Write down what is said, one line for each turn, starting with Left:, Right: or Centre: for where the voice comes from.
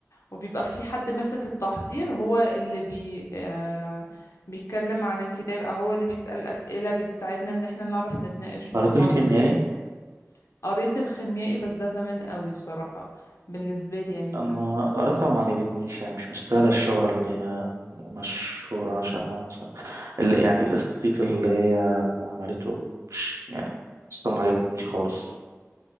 Left: وبيبقى في حد ماسك التحضير هو اللي بي آه بيتكلم عن الكتاب او هو اللي بيسأل أسئلة بتساعدنا ان احنا نعرف نتناقش مع
Right: قريت
Left: بعض
Right: الكيميائي
Left: فيها قريت الخيميائي بس ده زمان قوي بصراحة بالنسبة لي يعني
Right: انا
Left: زمان
Right: قريتها وما عجبتنيش يعني مش مستاهله الشهره اللي هي مشهوره عشانها مثلا اللي يعني الصيت اللي هي عملته مش يعني قصة ما عجبتنيش خالص